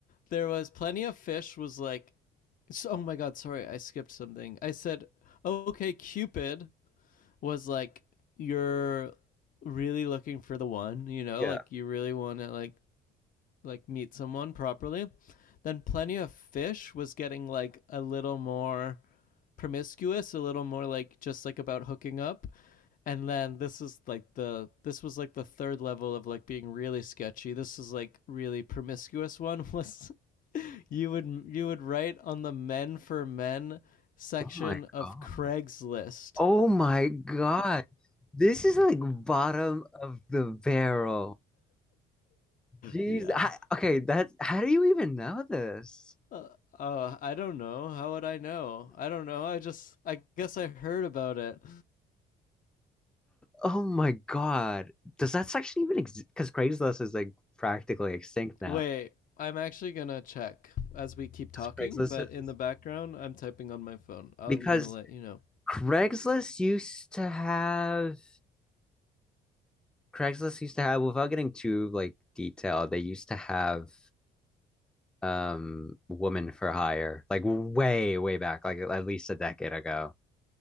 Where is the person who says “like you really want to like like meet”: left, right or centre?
Left